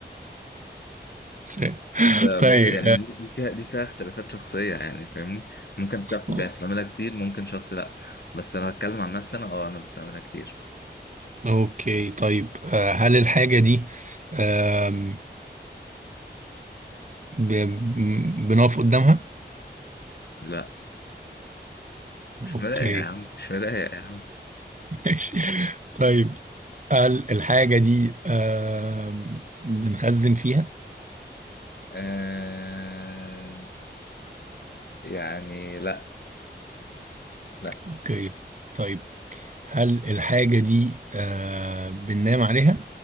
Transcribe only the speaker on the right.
مش عارف.
طيب
آه،
اوكي طيب آه، هل الحاجة دي آم، ب- م- بنقف قدامها؟
اوكي
<laughs> ماشي طيب هل الحاجة دي آم، بنخزن فيها؟
اوكي طيب هل الحاجة دي آه، بننام عليها؟